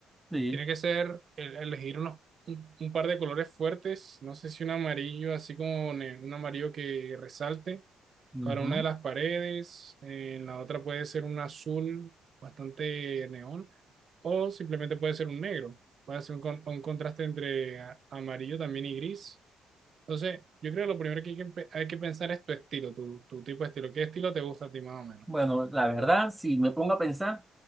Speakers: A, in the centre; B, on the right.
A: sí,
B: Tiene que ser el- elegir unos, un, un par de colores fuertes, no sé si un amarillo, así como ne- un amarillo que resalte
A: Ujú.
B: para una de las paredes, eh, en la otra puede ser un azul bastante neón o simplemente puede ser un negro. Puede ser un, con- un contraste entre a- amarillo también y gris entonces, yo creo que lo primero que hay que, empe- hay que pensar es tu estilo, tu, tu tipo de estilo. ¿Qué estilo te gusta a ti más o menos?
A: Bueno, la verdad, si me pongo a pensar,